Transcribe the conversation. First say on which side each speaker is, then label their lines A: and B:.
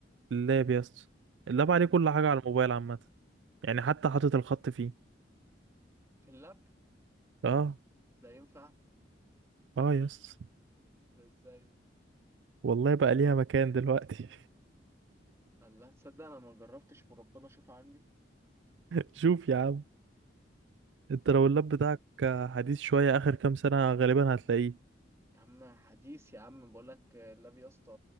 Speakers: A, on the right; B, on the right.
A: اللاب يا اسطى اللاب
B: اللاب
A: عليه كل حاجة على الموبايل عامة يعني حتى حاطط الخط فيه
B: في اللاب
A: اه
B: ده ينفع
A: اه يا اسطى
B: ده ازاي ده؟
A: والله بقى ليها مكان دلوقتي
B: الله تصدق انا ما جربتش وربنا شوف عندي
A: <laughs> شوف يا عم انت
B: لا
A: لو اللاب بتاعك حديث شوية آخر كام سنة غالبا هتلاقيه
B: يا عم حديث يا عم بقول لك اللاب يا اسطى